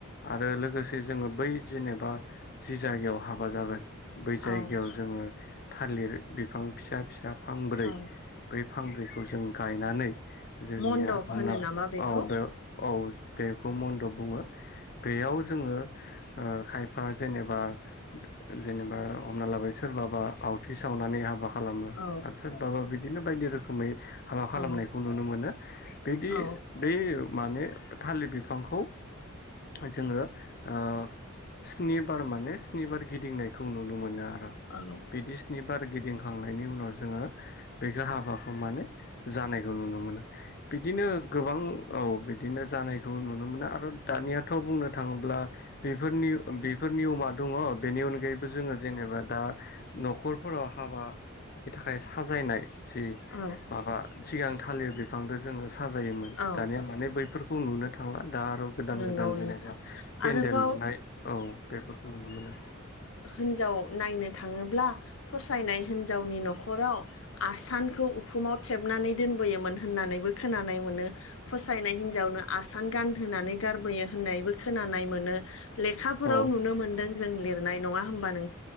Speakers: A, on the left; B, on the left.
A: आरो लोगोसे जोङो बै जेनेबा जि जायगायाव हाबा जागोन बै जायगायाव
B: औ
A: जोङो थालिर बिफां फिसा फिसा फांब्रै
B: औ
A: बे फांब्रैखौ जों गायनानै जोंनिया
B: मन्दप
A: हमना
B: होनो नामा बेखौ
A: औ बे औ बे खौ मन्दप बुङो बेयाव जोङो ओ खायफा जेनेबा जेनेबा हमना लाबाय सोरबाबा आवथि सावनानै हाबा खालामो
B: औ
A: आरो सोरबाबा बि बिदिनो बायदि रोखोमै हाबा खालामनायखौ
B: औ
A: नुनो मोनो बिदि
B: औ
A: बै माने थालिर बिफांखौ जोङो ओ स्निबार माने स्निबार गिदिंनायखौ नुनो मोनो
B: औ
A: बिदि स्निबार गिदिंखांनायनि उनाव जोङो बेखौ हाबाखौ माने जानायखौ नुनो मोनो बिदिनो गोबां औ बिदिनो जानायखौ नुनो मोनो आरो दानियाथ' बुंनो थाङोब्ला बेफोरनि बेफोर नियमा दङ बेनि अनगायैबो जोङो जेनेबा दा न'खरफोराव हाबानि थाखाय साजायनाय जि
B: औ
A: माबा सिगां थालिर बिफांद जोङो साजायोमोन
B: औ
A: दानिया माने बैफोरखौ नुनो थांला दा आरो गोदान
B: नंगौ
A: गोदान
B: नोंथां
A: जेनेबा पेन्देल
B: आरोबाव
A: लुनाय औ बेफोरखौ नुनो मोनो
B: हिनजाव नायनो थाङोब्ला फसायनाय हिनजावनि न'खराव आसानखौ उखुमाव थेबनानै दोनबोयोमोन होनना नानैबो खोनानाय मोनो फसायनाय हिनजावनो आसान गानहोनानै गारबोयो होननायबो खोनानाय मोनो लेखाफोराव
A: औ
B: नुनो मोनदों जों लिरनाय नङा हबा नों